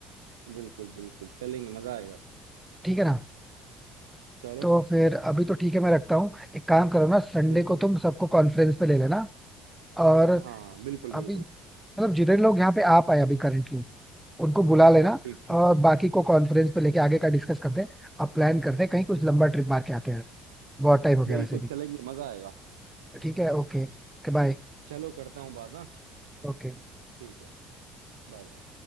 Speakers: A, on the right; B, in the centre.
A: बिल्कुल बिल्कुल चलेंगे मजा आएगा
B: ठीक है ना
A: चलो
B: तो फिर अभी तो ठीक है मैं रखता हूँ एक काम करो ना संडे
A: बिल्कुल
B: को तुम सबको कॉन्फ्रेंस पे ले लेना और
A: हाँ बिल्कुल
B: अभी
A: बिल्कुल
B: मतलब जितने लोग यहाँ पे आ पाए अभी करेंटली उनको बुला लेना
A: ठीक ठीक
B: और
A: ठीक
B: बाकी को कॉन्फ्रेंस पे लेके आगे का डिस्कस करते हैं अब प्लान करते हैं कहीं कुछ लंबा ट्रिप मार के आते हैं बहुत टाइम हो गया
A: बिल्कुल
B: वैसे भी
A: चलेंगे मजा आएगा
B: ठीक है ओके बाय
A: चलो करता हूँ बात ना
B: ओके
A: ठीक है Bye bye